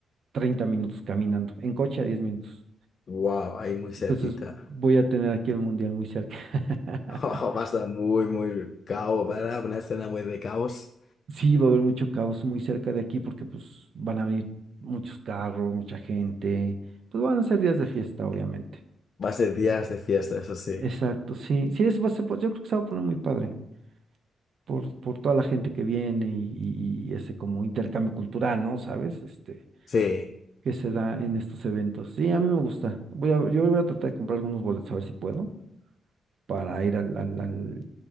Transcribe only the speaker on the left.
Wow, ahí muy cerquita.
<laughs> va a estar muy, muy caos, ¿verdad? Una escena muy de caos.
Va a ser días de fiesta, eso sí.
Sí,